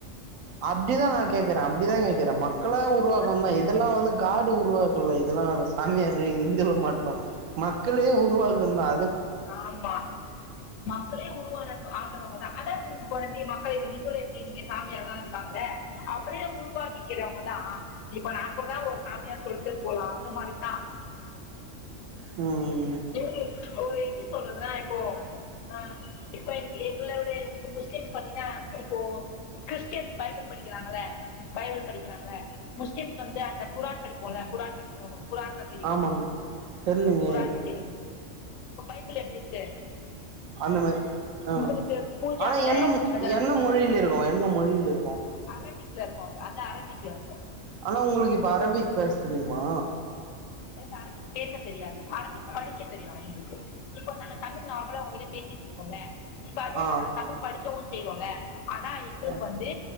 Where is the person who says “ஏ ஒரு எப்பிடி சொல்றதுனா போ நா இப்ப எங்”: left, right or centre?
Left